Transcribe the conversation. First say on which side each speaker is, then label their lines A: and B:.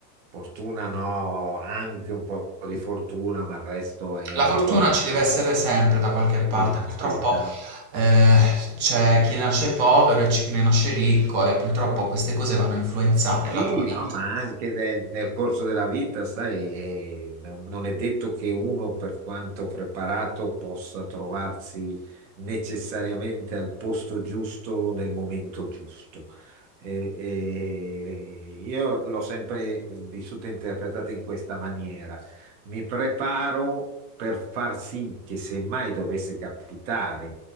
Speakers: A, on the right; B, on the right.
A: fortuna no, anche un po' di fortuna, ma il resto è
B: La fortuna
A: volontà.
B: ci deve essere sempre da qualche parte,
A: Sì,
B: purtroppo
A: sì, da-
B: eh, c'è chi nasce povero e c'è chi ne nasce ricco e purtroppo queste cose vanno a influenzare
A: Sì,
B: la tua vita.
A: no, ma anche ne- nel corso della vita, sai, eh, non non è detto che uno, per quanto preparato, possa trovarsi necessariamente al posto giusto nel momento giusto. E- e io l'ho sempre vissuta e interpretata in questa maniera. Mi preparo per far sì che se mai dovesse capitare